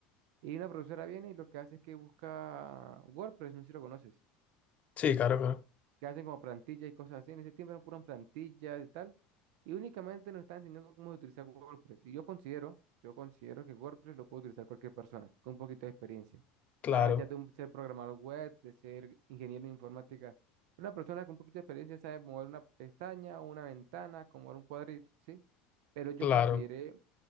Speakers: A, on the right; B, on the left.
A: Y una profesora viene y lo que hace es que busca WordPress, no sé si lo conoces
B: sí, claro, claro,
A: que hacen como plantillas y cosas así. En ese tiempo eran puras plantillas y tal. Y únicamente nos están enseñando cómo utilizar WordPress. Y yo considero, yo considero que WordPress lo puede utilizar cualquier persona con un poquito de experiencia.
B: claro,
A: Más allá de un, ser programador web, de ser ingeniero en informática. Una persona con un poquito de experiencia sabe mover una pestaña o una ventana, como mover un cuadrito, ¿sí? Pero yo
B: claro,
A: consideré